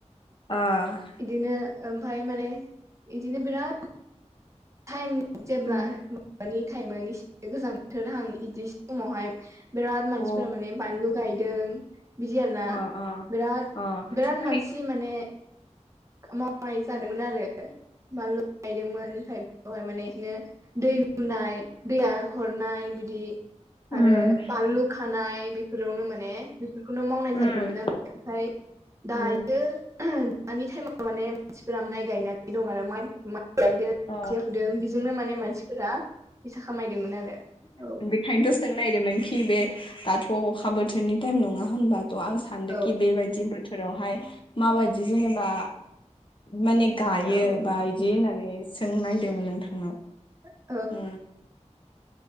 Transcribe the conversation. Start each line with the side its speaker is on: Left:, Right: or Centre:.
Left: आ
Right: बिदिनो ओमफ्राय माने इदिनो बिराद टाइम जेब्ला
Left: उम
Right: माबानि टाइमानो एसे गोजां बोथोर हां बिदि समावहाय बिराद मानसिफोरा
Left: अ
Right: माने बानलु गायदों। बिदि आरोना
Left: अ अ
Right: बिराद
Left: अ
Right: बिराद
Left: माने
Right: मानसि माने मावनाय जादोंमोन आरो। बानलु गायदोंमोन ओमफ्राय बेवहाय माने बिदिनो दै लुनाय दैया हरनाय बिदि
Left: उम
Right: आरो बानलु खानाय बेफोरावनो माने बेफोरखौनो मावनाय
Left: उम
Right: जादोंमोन आरो ओमफ्राय दायो
Left: उम
Right: दानि टाइमाव माने मानसिफोरा माइ गायनानै दं आरो माइ गायदों
Left: अ
Right: हुदों बेजोंनो माने मानसिफोरा फैसा खामायदोंमोन आरो औ
Left: ओंखायनोथ' सों नायिरदोंमोन खि बे दाथ' अखा बोथोरनि टाइम नङा होनबाथ' आं सा न्दोंखि
Right: औ
Left: बेबायदि बोथोरावहाय माबायदि जेनेबा माने गायो
Right: औ औ
Left: बा बिदि होननानै सोंनो नायदोंमोन नोंथांनाव
Right: <inaudible>
Left: उ